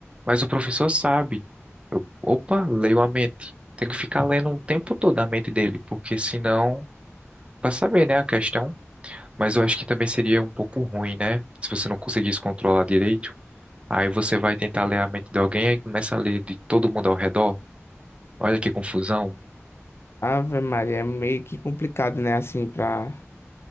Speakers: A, on the right; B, on the left.
A: mas o professor sabe. Eu, opa, leio a mente. Tenho que ficar lendo o tempo todo a mente dele, porque senão, para saber, né, a questão. Mas eu acho que também seria um pouco ruim, né? Se você não conseguisse controlar direito. Aí você vai tentar ler a mente de alguém e começa a ler de todo mundo ao redor. Olha que confusão.
B: Ave Maria, é meio que complicado, né, assim, pra,